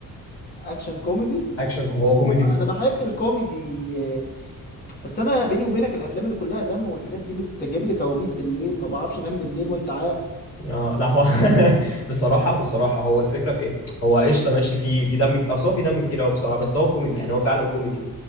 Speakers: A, on the left; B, on the left.
A: اكشن كوميدي
B: اكشن هو
A: هو
B: كوميدي
A: والله انا بحب الكوميدي آه، بس انا بيني وبينك الافلام اللي كلها دم والحاجات دي بتجيب لي كوابيس بالليل ما بعرفش انام بالليل وانت عارف
B: اه لا هو <laughs> بصراحه بصراحه هو الفكره في ايه هو قشطه ماشي في في دم كتير اصل هو في دم كتير قوي بصراحه بس هو كوميدي يعني هو فعلا كوميدي